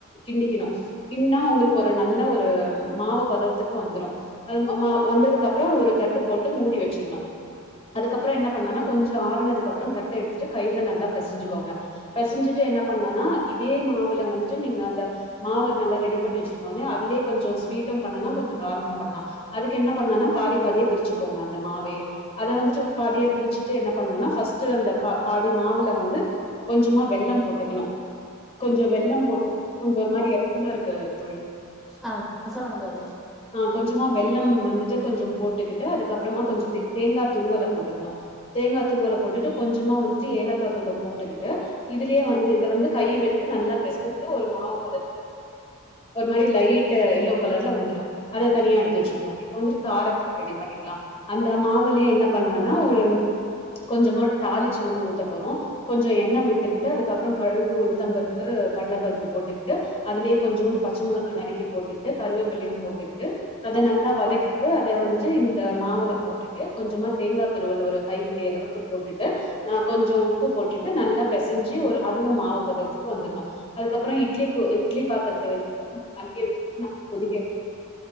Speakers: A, on the left; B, in the centre.
A: கிண்டிக்கணு இன்ன ஒங்களுக்கு ஒரு நல்ல ஒரு மாவு பதத்துக்கு வந்துரும் அது மா வந்ததுக்கப் அப்ற ஒரு தட்டு போட்டு மூடி வச்சுணு அதுக்கப்பற என்ன பண்ணனா கொஞ்ச ஆறுனதுக்கப்ற தட்ட எடுத்துட்டு கையில நல்லா பெசஞ்சுக்கோங்க பெசஞ்சுட்டு என்ன பண்ணனா இதே மாவுல வந்துட்டு நீங்க அந்த மாவு நல்ல ரெடி பண்ணி வச்சிருக்கோம்லயா அதுல கொஞ்ச ஸ்வீட்டு பண்ணலா கொஞ்ச காரமு பண்ணலா அதுக்கு என்ன பண்ணனா பாதி பாாதியா பிருச்சுக்கோங்க அந்த மாவயே அத வந்துட்டு பாதியா பிருச்சுட்டு என்ன பண்ணனா பர்ஸ்ட்டு அந்த ப ப பாதி மாவுல வந்து கொஞ்சமா வெள்ளம் போட்டுக்கணு கொஞ்ச வெள்ளம் போட்டு கொஞ்ச ஒரு மாரி எறக்குல்லா இருக்கு தோழி
B: ஆ சொல்லுங்க தோழி
A: ஆ கொஞ்சமா வெள்ளம் வந்துட்டு கொஞ்ச போட்டுக்கிட்டு அதுக்கப்றமா கொஞ்ச தே தேங்கா துருவல போட்டுக்கணு தேங்கா துருவல போட்டுட்டு கொஞ்சமா வந்துட்டு ஏலக்காத்தூள போட்டுக்கிட்டு இதுலயே வந்து இத வந்து கை வச்சு நல்லா பெசஞ்சு ஒரு மாவு பதத்த ஒரு மாரி லைட்டு எல்லோ கலர்ல வந்துரு அத தனியா எடுத்து வெச்சுக்ணு இப்ப வந்துட்டு காரத்த ரெடி பண்ணிக்கலா அந்த மாவுலியு என்ன பண்லான்னா ஒரு கொஞ்சமா தாளிச்சு வந்து ஊத்த போறோ கொஞ்சோ எண்ண விட்டுக்கிட்டு அதுக்கப்றோ கழுகு, உளுத்தம்பருப்பு <unintelligible> கல்லப்பருப்பு போட்டுக்ட்டு அதுலே கொஞ்சோண்டு
B: ம்
A: பச்ச மொளகா நறுக்கி போட்டுக்ட்டு கருவேப்பிலயு போட்டுக்கிட்டு அத நல்லா வதக்கிட் டு அத வந்துட்டு இந்த மாவுல போட்டுட்டு கொஞ்சமா தேங்கா துருவல் ஒரு கைப்புடி அளவுக்கு போட்டுட்டு அ கொஞ்சோ உப்பு போட்டுட்டு நல்லா பெசஞ்சி ஒரு அதுவு மாவு பதத்துக்கு வந்துர்னு அதுக்கப்றோ இட்லி ப இட்லி பாத்தரத்த வெச் <inaudible> தண்ணி <inaudible> கொதிக்க <inaudible>